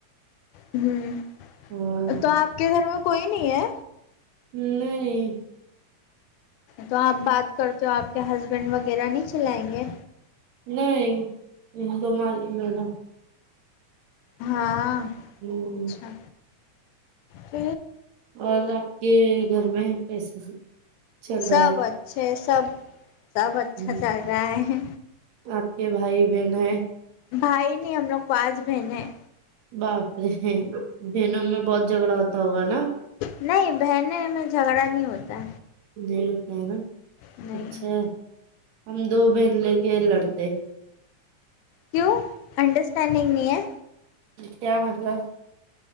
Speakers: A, on the left (about 85°); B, on the right (about 70°).
A: ہوں
B: ہاں
A: تو آپ کے گھر میں کوئی نہیں ہے
B: نہیں نہیں
A: تو آپ بات کرتے ہو آپ کے ہسبینڈ وغیرہ نہیں چلائیں گے
B: نہیں تو مال مڈا
A: ہاں
B: ہمم
A: اچھا پ
B: اور آپ کے گھر میں کیسے چل رہا
A: سب
B: ہے
A: اچھے سب سب اچھا
B: ہم،
A: جل رہا ہے
B: آپ کے بھائی بہن ہیں <unintelligible>
A: بھائی نہیں ہم لوگ پانچ بہن ہیں
B: باپرے ہیں دنوں میں بہت جھگڑا ہوتا ہوگا نا
A: نہیں بہن میں جھگڑا نہیں ہوتا
B: نہیں ہوتا ہے نا
A: نہیں
B: اچھا
A: <unintelligible>
B: ہم دو بہن لے کے لڑتے
A: کیوں انڈرسٹینڈنگ نہیں ہے
B: کیا مطلب